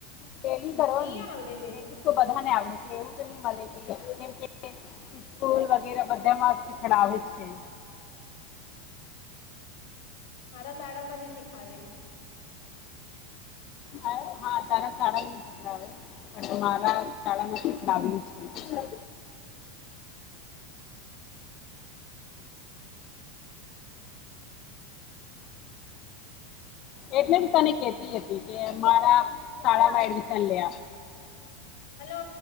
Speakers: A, on the left; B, on the left.
A: ટેલી કરવાનું
B: ની આવડે
A: બેઝિક તો બધા ને આવડે છે. એવું તો નહી મલે કે કેમ કે સ્કૂલ વગેરે બ. તેમા શિખડાવે છે.
B: મારા શાળા માં મને શીખાવેલું.
A: હા હા તારા શાળમા શિખડાવે. બટ મારા શાળામાં શિખડાવયુ છે. એટલે તને. કેતી હતી કે મારા શાળામાં એડમિશન લેયા.
B: હલો